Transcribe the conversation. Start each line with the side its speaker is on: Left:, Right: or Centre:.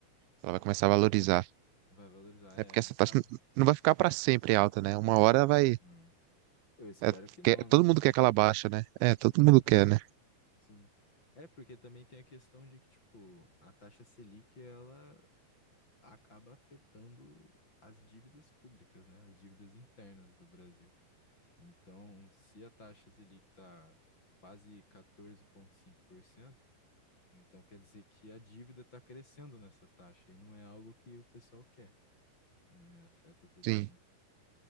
Right: ela vai começar a valorizar.
Left: Vai valorizar, é,
Right: É porque
Left: acaba.
Right: essa taxa n- não vai ficar para sempre alta, né? Uma hora vai.
Left: Hum. Eu espero
Right: é,
Left: que não,
Right: quer-
Left: né?
Right: todo mundo quer que ela baixa, né? É, todo
Left: Uhum.
Right: mundo quer, né?
Left: Sim. É, porque também tem a questão de que, tipo, a taxa Selic, ela acaba afetando as dívidas públicas, né? As dívidas internas do Brasil. Então, se a taxa Selic está quase quatorze vírgula cinco por cento, então quer dizer que a dívida está crescendo nessa taxa e não é algo que o pessoal quer, né? Afeta todo
Right: Sim.
Left: mundo.